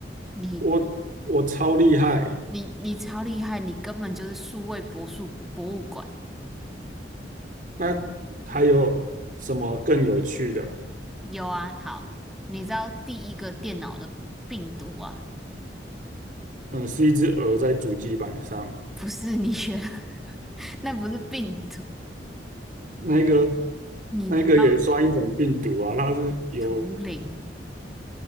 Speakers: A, in the centre; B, on the right.
A: 你
B: 我我超厉害。
A: 你你超厉害，你根本就是数位博术博物馆。
B: 那还有什么更有趣的？
A: 有啊，好，你知道第一个电脑的病毒啊，
B: 嗯，是一只鹅在主机板上，
A: 不是你学的，<laughs> 那不是病毒，
B: 那个
A: 你不要
B: 那个也算一种病毒啊，它是有
A: 图灵。